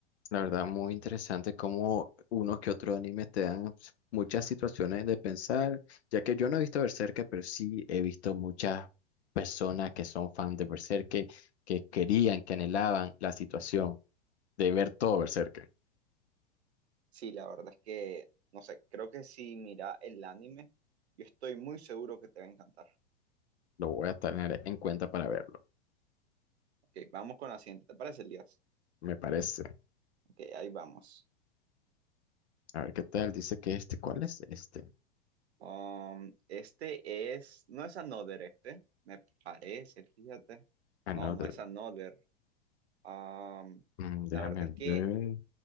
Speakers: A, on the left; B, on the right.
A: La verdad, muy interesante cómo unos que otros animes te dan muchas situaciones de pensar, ya que yo no he visto Berserk, pero sí he visto muchas personas que son fans de Berserk, que que querían, que anhelaban la situación de ver todo Berserk.
B: Sí, la verdad es que, no sé, creo que si mira el anime, yo estoy muy seguro que te va a encantar.
A: Lo voy a tener en cuenta para verlo,
B: Ok, vamos con la siguiente, ¿te parece, Elías?
A: me parece.
B: Ok, ahí vamos.
A: A ver qué tal, dice que este, ¿cuál es este?
B: Um, este es, no es Another este, me parece, fíjate.
A: Another.
B: No, no es Another. Um,
A: Mm, déjame
B: la verdad es que
A: ver.